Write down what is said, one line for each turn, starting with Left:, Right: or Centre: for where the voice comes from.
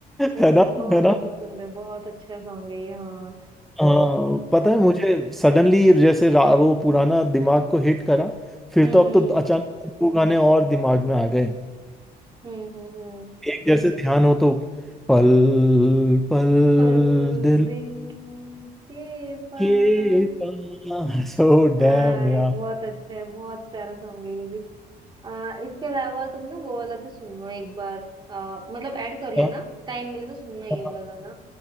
Right: ये
Centre: है
Right: तो मुझे
Centre: ना
Right: बहुत
Centre: है
Right: ही
Centre: ना
Right: पसंद है बहुत अच्छा सॉन्ग है ये हाँ
Centre: अ, पता है मुझे सडनली जैसे रा- वो पुराना दिमाग को हिट करा फिर
Right: हम्म
Centre: तो अब तो अचानक दो गाने और दिमाग में आ गए
Right: हम्म हम्म हम्म
Centre: एक जैसे ध्यान हो तो पल पल
Right: पल
Centre: दिल
Right: दिल के पास
Centre: के पास <laughs> ओ
Right: आए
Centre: डैम यार
Right: बहुत अच्छा है बहुत प्यारा सॉन्ग है ये भी आ, इसके अलावा तुम ना वो वाला भी सुनना एक बार आ, मतलब ऐड कर लेना
Centre: हाँ,
Right: टाइम मिले तो सुनना ये
Centre: हाँ,
Right: वाला गाना